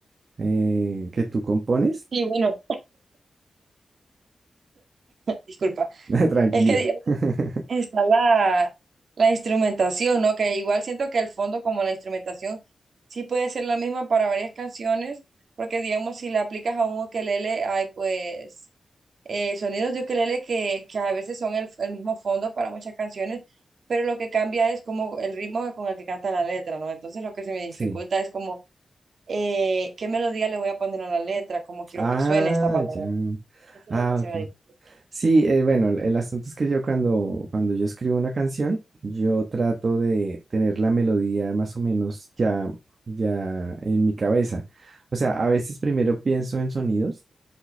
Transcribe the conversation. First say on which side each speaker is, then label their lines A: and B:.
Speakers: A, on the right; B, on the right.
A: eh, que tú compones.
B: Y bueno, disculpa.
A: <laughs> Tranquila.
B: Es que digamos,
A: <laughs>
B: está la, la instrumentación, ¿no? Que igual siento que el fondo, como la instrumentación, sí puede ser la misma para varias canciones, porque digamos, si la aplicas a un ukelele, hay pues eh, sonidos de ukelele que, que a veces son el, el mismo fondo para muchas canciones, pero lo que cambia es como el ritmo con el que canta la letra, ¿no? Entonces lo que se me dificulta
A: Sí.
B: es como eh, qué melodía le voy a poner a la letra, cómo quiero
A: Ah,
B: que suene esta palabra.
A: ya.
B: Eso
A: Ah,
B: es lo que se
A: ok.
B: me dice.
A: Sí, eh, bueno, el, el asunto es que yo cuando, cuando yo escribo una canción, yo trato de tener la melodía más o menos ya, ya en mi cabeza. O sea, a veces primero pienso en sonidos